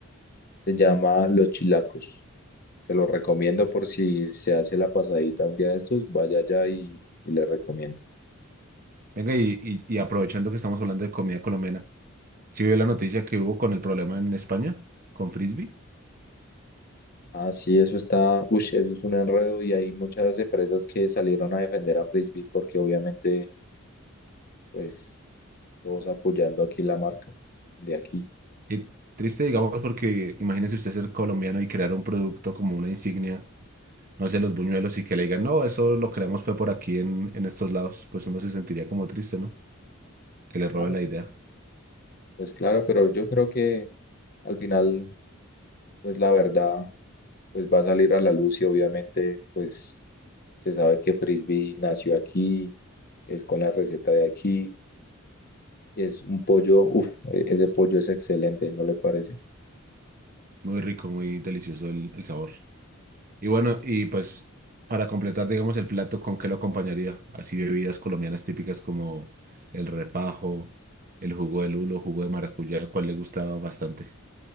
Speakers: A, on the left; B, on the right.
A: Se llama Los Chilacos. Se lo recomiendo por si se hace la pasadita un día de estos, vaya allá y, y le recomiendo.
B: Venga, y, y- y aprovechando que estamos hablando de comida colombiana, ¿sí vio la noticia que hubo con el problema en España con Frisbee?
A: Ah, sí, eso está, uy, eso es un enredo y hay muchas empresas que salieron a defender a Frisbee porque obviamente, pues, todos apoyando aquí la marca de aquí.
B: Y triste, digamos, porque imagínese usted ser colombiano y crear un producto como una insignia no sé, los buñuelos y que le digan, no, eso lo creamos fue por aquí en, en estos lados, pues uno se sentiría como triste, ¿no? Que le roben
A: Claro,
B: la
A: pero-
B: idea.
A: pues claro, pero yo creo que al final, pues la verdad, pues va a salir a la luz y obviamente, pues Se sabe que Frisbee nació aquí, es con la receta de aquí, y es un pollo, uff, ese pollo es excelente, ¿no le parece?
B: Muy rico, muy delicioso el, el sabor. Y bueno, y pues para completar, digamos, el plato, ¿con qué lo acompañaría? Así bebidas colombianas típicas como el refajo, el jugo de lulo, jugo de maracuyá, el cual le gustaba bastante.